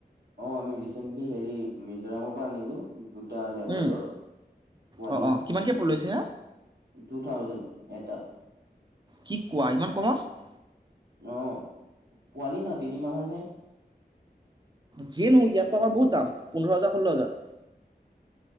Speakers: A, on the right; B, on the right.
A: অ আমি ৰিচেণ্টলি হেৰি মিজোৰামৰ পৰা আনিলো দুটা
B: থাকে
A: লেবৰেদৰ পোৱালি
B: অঁ অঁ কিমানকৈ লৈছে হা
A: টু থাউজেন এটা
B: কি কোৱা ইমান কমত
A: অ পোৱালি ন তিনি মাহৰহে
B: যিয় নহক ইয়াতটো আমাৰ বহুত দাম পোন্ধৰ হাজাৰ ষোল্ল হাজাৰ